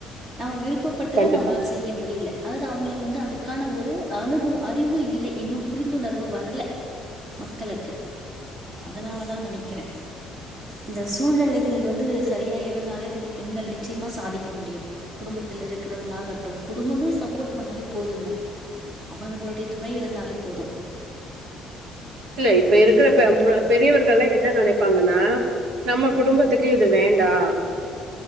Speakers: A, on the right; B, on the right.
A: நம்ம விருப்பப்பட்டதை
B: கண்டிப்பா
A: நம்மளால செய்ய முடில அதாவது அவங்களுக்கு வந்து அதற்கான ஒரு அனுபு அறிவு இல்லை இன்னும் புரிந்துணர்வு வரல மக்களுக்கு அதனாலதா நெனைக்கிற இந்த சூழ்நிலைகள் வந்து சரியா இருந்தாலே வந்து பெண்கள் நிச்சயமா சாதிக்க முடியு குடும்பத்துல இருக்கிறவங்களாகட்டும் குடும்பமே சப்போர்ட் பண்ணாலே போதுங்க அவர்களுடைய துணை இருந்தாலே போதும்
B: இல்ல இப்ப இருக்குற
A: வெற்றி
B: பெ
A: பெறலா
B: பெரியவ ங்கல்லா என்ன நெனைப்பாங்கன்னா நம்ம குடும்பத்துக்கு இது வேண்டா